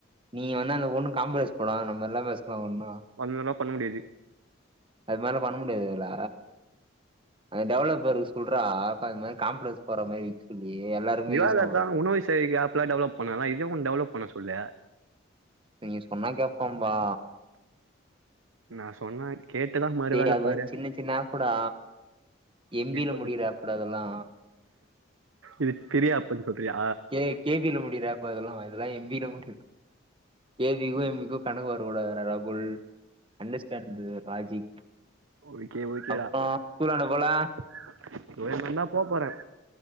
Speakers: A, on the right; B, on the right.
A: நீங்க வந்து அந்த பொண்ணுக்கு கான்பிர்ஸ் போடு நம்ம எல்லா பேசலா ஒன்னா
B: ஒண்ணுலா பண்ண முடியாது
A: அது மாரி பண்ண முடியாத இதுல டேவலபர்ஸ் சொல்றா அப்ப இது மாரி கான்பர்ஸ் போடுற மாரி சொல்லி எல்லாருக்குமே
B: விவாத
A: யூஸ் ஆகும்ல
B: தா உணவு செல்லிங் ஆப் எல்லா டெவலப் பண்றால்ல இதயும் ஒன்னு டெவலப் பண்ண சொல்லு
A: நீங்க சொன்னா கேப்பான்பா
B: நான் சொன்ன கேட்டுதா மறு
A: டே
B: வேல
A: அது
B: பாரு
A: வந்து சின்ன சின்ன ஆப்புடா எம்
B: இது
A: பில
B: கொஞ்சம்
A: முடியிற ஆப்புடா அதெல்லா
B: இது பிரியா அப்புன்னு சொல்றியா
A: கே கே பில முடியிற ஆப்ல்ல அதெல்லா இதெல்லா எம் பில முடியிறது கே பி க்கும் எம் பி க்கும் கணக்கு வரக்கூடாது டா ராகுல் அண்டர்ஸ்டாண்ட் லாஜிக்
B: ஒக்கே ஒக்கேடா
A: அப்றோ ஸ்கூலாண்ட போல
B: <unintelligible> போ போறேன்